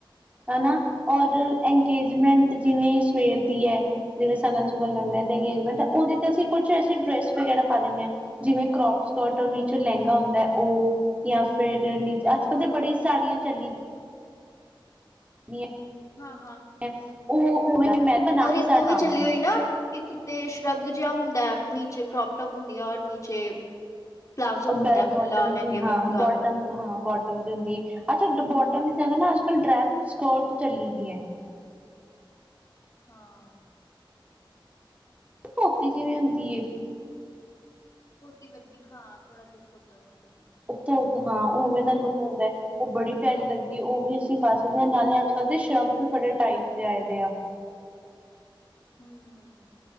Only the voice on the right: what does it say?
ਹਨਾ, ਔਰ ਇੰਗੇਜਮੈਂਟ ਜਿਵੇਂ ਸਵੇਰ ਦੀ ਹੈ, ਜਿਵੇਂ ਸਗਨ, ਸੁਗਨ ਲਗਨਾ। ਅੰਗੇਜਮੈਂਟ
ਉਹਦੇ ਤੇ, ਅਸੀਂ ਕੁਛ ਐਸੀੇ ਡਰੈਸ ਵਗੈਰਾ ਪਾ ਦਿੰਦੇ ਹਾਂ। ਜਿਵੇਂ ਕਰੋਪ ਸਕਰਟ, ਔਰ ਨੀਚੇ ਲਹਿੰਗਾ ਹੁੰਦਾ ਹੈ ਉਹ, ਜਾਂ ਫਿਰ ਨੀਚ ਅੱਜ -ਕੱਲ
ਤੇ ਬੜੀ ਸੜੀਆਂ ਚਲੀਆਂ। <unintelligible>
ਪਾਵਾਂਗੀ
ਬੈਲ ਬੋਟਮ
ਜੀ ਹਾਂ
ਬੋਟਮ ਹਾਂ ਬੋਟਮ ਜ ਹੁੰਦੀ ਹੈ ਅੱਛਾ ਬੋਟਮ ਹੀ ਜਗਾ ਨਾ ਅੱਜ ਕੱਲ ਡਰੈਪ ਸਕਰਟ ਚੱਲੀ ਦੀ ਏ
ਧੋਤੀ ਜਿਵੇਂ ਹੁੰਦੀ ਏ
ਧ ਹਾਂ ਉਵੇਂ ਦਾ ਲੁੱਕ ਹੁੰਦਾ ਉਹ ਬੜੀ ਪਿਆਰੀ ਲੱਗਦੀ ਉਹ ਵੀ ਅਸੀਂ ਪਾ ਸਕਦੇ ਹਾਂ ਨਾਲੇ ਅੱਜ ਕੱਲ੍ਹ ਦੇ ਸ਼ਰਗ ਵੀ ਬੜੇ ਟਾਈਪ ਦੇ ਆਏਦੇ ਆ